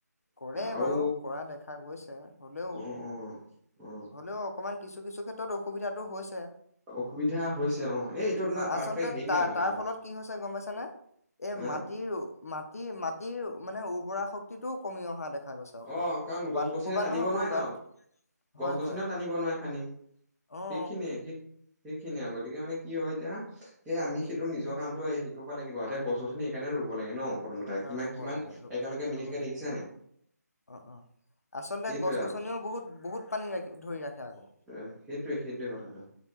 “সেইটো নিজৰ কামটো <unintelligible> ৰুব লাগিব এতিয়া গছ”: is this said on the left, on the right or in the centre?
Centre